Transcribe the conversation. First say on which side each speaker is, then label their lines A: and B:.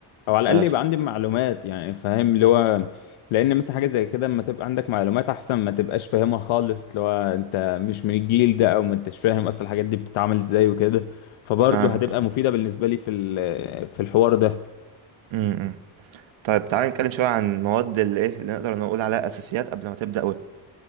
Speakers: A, on the left; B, on the right.
A: او
B: ف
A: على الاقل يبقى عندي معلومات يعني فاهم اللي هو لان مثلا حاجه زي كده اما تبقى عندك معلومات احسن ما تبقاش فاهمها خالص اللي هو انت مش من الجيل ده او ما انتش فاهم اصلا الحاجات دي بتتعمل ازاي وكده فبرضه
B: فاهم
A: هتبقى مفيده بالنسبه لي في ال- في الحوار ده
B: امم طيب تعالى نتكلم شويه عن مواد الايه اللي نقدر نقول عليها اساسيات قبل ما تبدا ويب